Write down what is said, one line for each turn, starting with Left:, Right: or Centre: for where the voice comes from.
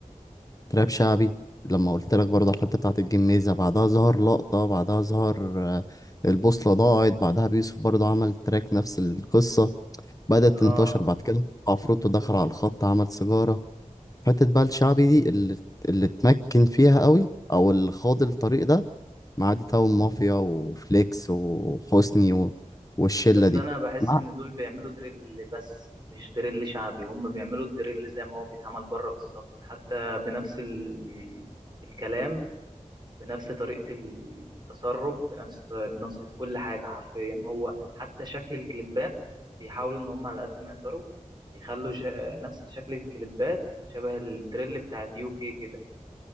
Left: تراب شعبي لما قلت لك برضه على الحته بتاعت الجميزه بعدها ظهر لقطه بعدها ظهر آه، البوصله ضاعت بعدها بيوسف برضه عمل تراك نفس القصه بدات
Right: اه
Left: تنتشر بعد كده عفروتو دخل على الخط عمل سيجاره حته بقى الشعبي دي اللي اللي اتمكن فيها قوي او اللي خاض الطريق ده معادي تاون مافيا وفليكس وحسني و... والشله
Right: بس
Left: دي
Right: انا بحس
Left: مع-
Right: ان دول بيعملوا دريل بس مش دريل شعبي هم بيعملوا الدريل زي ما هو بيتعمل بره بالظبط حتى بنفس ال... الكلام بنفس طريقة التصرف بنفس بنفس كل حاجة حرفيا هو حتى شكل الكليبات بيحاولوا إن هم على قد ما يقدروا يخلوا ش... نفس شكل الكليبات شبه الدريل بتاع اليو كي كده